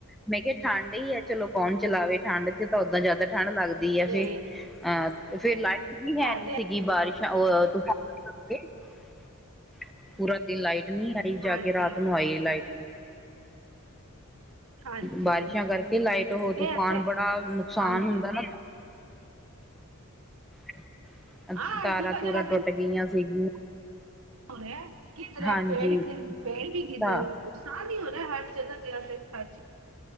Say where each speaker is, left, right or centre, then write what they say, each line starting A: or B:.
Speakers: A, in the centre; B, on the right (about 65°).
A: ਮੈਂ ਕਿਆ ਠੰਡ ਈ ਐ ਚਲੋ ਕੌਣ ਚਲਾਵੇ ਠੰਡ ਚ ਤਾਂ ਓਦਾਂ ਜ਼ਿਆਦਾ ਠੰਢ ਲੱਗਦ ਦੀ
B: ਨਹੀਂ
A: ਫੇ ਅਹ ਫੇਰ ਲਾਈ ਵੀ ਹੈ
B: ਸਾਡੇ
A: ਨੀ ਸੀਗੀ ਬਾਰਿਸ਼, ਅਅ <unintelligible> ਪੂਰਾ। ਦਿਨ ਲਾਈਟ ਨੀਂ ਆਈ, ਜਾ
B: ਹਾਂਜੀ
A: ਕੇ ਰਾਤ ਨੂੰ ਆਈ ਲਾਈਟ ਵੀ।
B: ਹਾਂਜੀ
A: ਬਾਰਿਸ਼ਾਂ ਕਰਕੇ ਲਾਈਟ ਹੋ
B: ਇਹ
A: ਤੂਫਾਨ
B: ਇੱਥੇ
A: ਬੜਾ ਨੁਕਸਾਨ
B: ਹਾਂਜੀ
A: ਹੁੰਦਾ ਨਾ। <unintelligible>
B: ਹਾਂ
A: ਤਾਰਾਂ-ਤੂਰਾਂ
B: ਜਗ੍ਹਾ ਜਗ੍ਹਾ
A: ਟੁੱਟ ਗਈਆਂ ਸੀਗੀਆਂ।
B: ਹੁਣੇ ਆਏ ਓ? ਕੀ ਕਰਾਂ,
A: ਹਾਂਜੀ
B: ਪੈਡ ਵੀ ਪੈਰ ਗਿਰ
A: ਤਾਂ
B: ਰੇ ਓ। ਨੁਕਸਾਨ ਈ ਹੋ ਰਿਆ ਹਰ ਜਗ੍ਹਾ-ਜਗ੍ਹਾ ਤੇ ਹਰ ਚੀ,